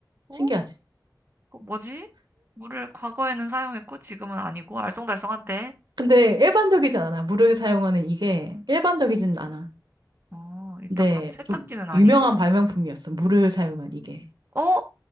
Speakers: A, on the right; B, on the right.
A: 어?
B: 신기하지?
A: 그거 뭐지? 물을 과거에는 사용했고 지금은 아니고 알쏭달쏭한데.
B: 근데 일반적이진 않아. 물을 사용하는 이게 일반적이진 않아.
A: 어, 일단
B: 근데
A: 그럼 세탁기는
B: 좀
A: 아니고.
B: 유명한 발명품이었어. 물을 사용한 이게.
A: 어?